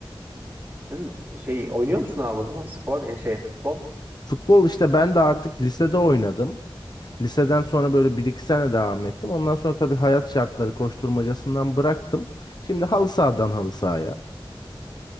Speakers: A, on the right; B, on the left.
A: Sen şey oynuyor musun abi o zaman spor, ya şey futbol?
B: Futbol işte ben de artık lisede oynadım. Liseden sonra böyle bir iki sene devam ettim. Ondan sonra tabii hayat şartları koşturmacasından bıraktım. Şimdi halı sahadan halı sahaya.